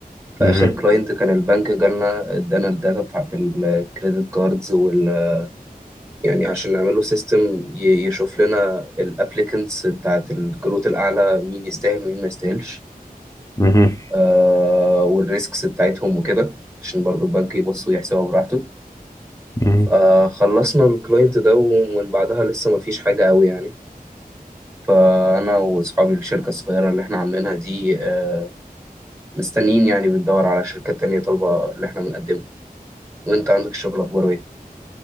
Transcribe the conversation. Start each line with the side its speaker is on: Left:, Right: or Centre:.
Right: فاخر
Left: مهم.
Right: كلاينت كان البنك جالنا ادانا الداتا بتاعت الكريدت كاردز وال يعني عشان نعمل له سيستم يشوف لنا الابليكنتس بتاعت الكروت الاعلى مين يستاهل ومين ما يستاهلش
Left: مهم.
Right: آه والريسكس بتاعتهم وكده عشان برضو البنك يبص ويحسبها براحته
Left: مهم.
Right: آه خلصنا الكلاينت ده ومن بعدها لسه ما فيش حاجة قوي يعني فأنا وأصحابي الشركة الصغيرة اللي إحنا عاملينها دي آه مستنيين يعني بندور على شركات تانية طالبة اللي إحنا بنقدمه وأنت عندك الشغل أخباره إيه؟